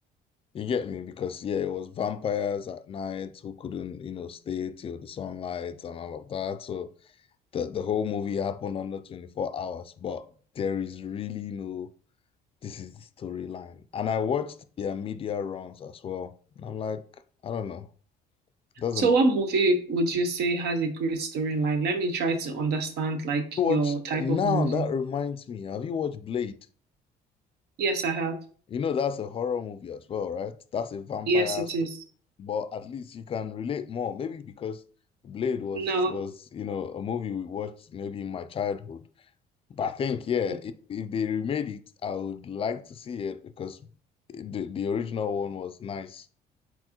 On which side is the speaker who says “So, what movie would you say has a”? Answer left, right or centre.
Right